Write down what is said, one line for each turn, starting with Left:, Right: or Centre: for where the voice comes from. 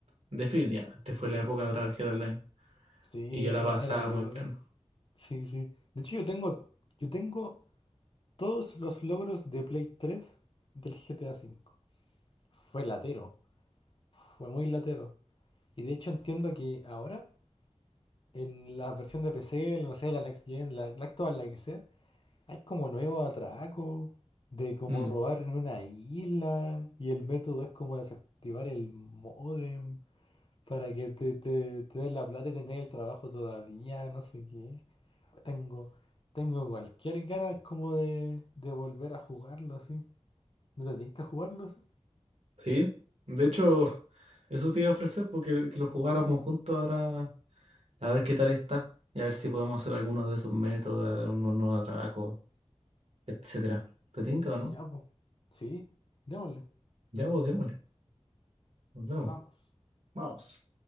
Right: Definitivamente fue la época dorada del GTA Online
Left: Sí,
Right: y yo
Left: era,
Right: la pasaba
Left: era muy
Right: muy
Left: bacán.
Right: bien.
Left: Sí, sí. De hecho, yo tengo, yo tengo todos los logros de Play 3 del GTA V. Fue latero. Fue muy latero. Y de hecho entiendo que ahora, en la versión de PC, la- no sé, la Next Gen, la, la actual, la que sea, hay como nuevos atracos de como
Right: Mm,
Left: robar en una isla y el método es como desactivar el módem para que te, te, te den la plata y tengáis el trabajo todavía, no sé qué. Tengo, tengo cualquier ganas como de, de volver a jugarlo así. ¿No te tienes que jugarlo así?
Right: sí, de hecho, <laughs> eso te iba a ofrecer porque que lo jugáramos juntos ahora a ver qué tal está y a ver si podemos hacer algunos de esos métodos, unos nuevos atracos, etcétera. ¿Te tinca o no?
Left: Ya, pues. Sí, démosle,
Right: Ya vos, démosle. Nos vemos.
Left: vamos.
Right: Vamos.